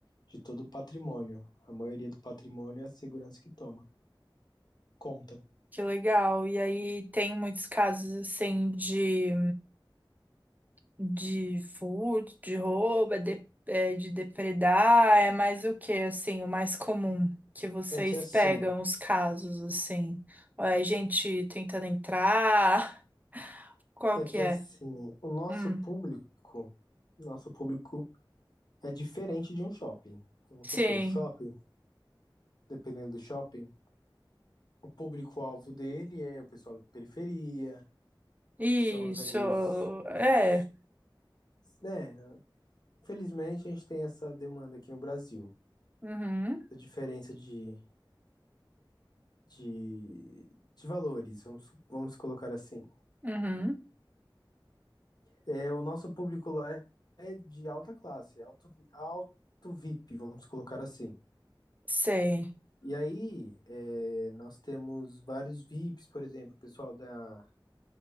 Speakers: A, on the left; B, on the right.
A: de todo o patrimônio. A maioria do patrimônio é a segurança que toma. Conta.
B: Que legal. E aí tem muitos casos assim de, de furto, de roubo, é de, é de depredar, é mais o que assim, o mais comum que vocês
A: É que assim,
B: pegam os casos assim. Ou É gente tentando entrar, <laughs> qual
A: é
B: que
A: que
B: é?
A: assim, o nosso
B: Hum,
A: público, nosso público é diferente de um shopping. Vamos
B: sim.
A: supor, shopping, dependendo do shopping, o público-alvo dele é o pessoal da periferia,
B: Isso.
A: são os ali os, os
B: É.
A: né, Infelizmente, a gente tem essa demanda aqui no Brasil,
B: Uhum.
A: a diferença de, de, de valores, vamos, vamos colocar assim.
B: Uhum.
A: É, o nosso público lá é de alta classe, alto, alto VIP, vamos colocar assim.
B: Sei,
A: E aí, é, nós temos vários VIPs, por exemplo, pessoal da